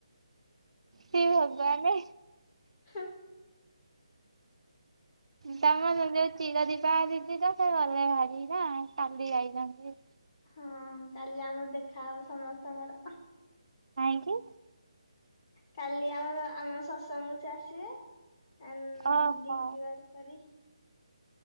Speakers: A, on the right (about 75°); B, on the left (about 30°).
A: ହେ ଭଗବାନ।
B: ହୁଁ।
A: ତମର ଯୋଉ ଚିରାଦିପା ଦିଦି ତ ସେ ଗଲେ ଭାରି ନା କାଲି ଯାଇଛନ୍ତି।
B: ହଁ କାଲି ଆମର ଦେଖାହବ ସମସ୍ତଙ୍କର।
A: କାହିଁକି?
B: କାଲି ଆମର ଆମ ଶତ୍ସଙ୍ଗ ସେ ଆସିବେ ଏ
A: ଓହୋ।
B: ଡିପିବାର କରି